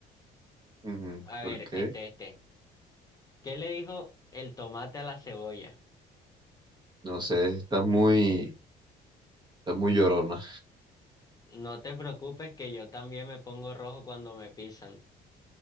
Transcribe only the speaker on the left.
A
ver,
este, este. ¿Qué le dijo el tomate a la cebolla?
No te preocupes que yo también me pongo rojo cuando me pisan.